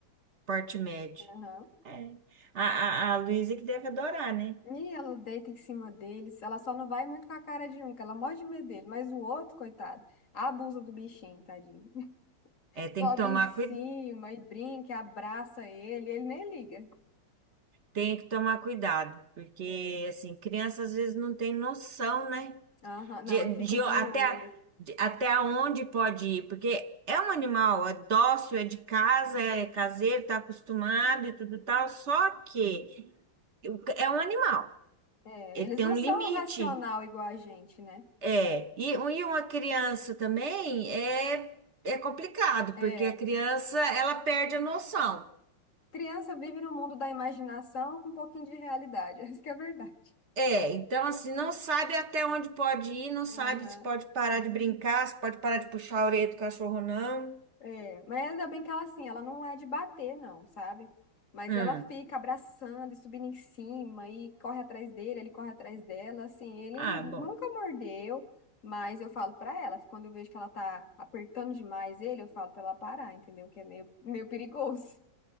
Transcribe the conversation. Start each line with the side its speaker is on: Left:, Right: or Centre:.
Right: porte médio.
Left: Aham.
Right: É. A, a, a Luísa que deve adorar, né?
Left: E ela deita em cima deles. Ela só não vai muito com a cara de um, que ela morre de medo dele. Mas o outro, coitado, abusa do bichinho, tadinho. <laughs>
Right: É, tem
Left: Sobe
Right: que tomar
Left: em cima
Right: cuidado.
Left: e brinca, e abraça ele. Ele nem liga.
Right: Tem que tomar cuidado, porque
Left: É.
Right: assim, criança às vezes não tem noção, né?
Left: Aham. Não,
Right: De,
Left: eu fico
Right: de
Left: de
Right: até,
Left: olho.
Right: de- até onde pode ir, porque é um animal, é dócil, é de casa, é caseiro, tá acostumado e tudo tal, só que o c- é um animal,
Left: É.
Right: ele
Left: Eles
Right: tem
Left: não
Right: um
Left: são
Right: limite.
Left: um racional igual a gente, né?
Right: É, e, um- e uma criança também é, é complicado,
Left: É.
Right: porque a criança, ela perde a noção.
Left: Criança vive no mundo da imaginação com um pouquinho de realidade. <laughs> Isso que é verdade.
Right: É, então assim, não sabe até onde pode ir, não sabe
Left: Aham.
Right: se pode parar de brincar, se pode parar de puxar a orelha do cachorro, não.
Left: É, mas ainda bem que ela assim, ela não é de bater, não, sabe? Mas
Right: Hum.
Left: ela fica abraçando e subindo em cima e corre atrás dele, ele corre atrás dela, assim, ele
Right: Ah,
Left: nunca
Right: bom,
Left: mordeu, mas eu falo pra ela, quando eu vejo que ela tá apertando demais ele, eu falo pra ela parar, entendeu? Que é meio, meio perigoso.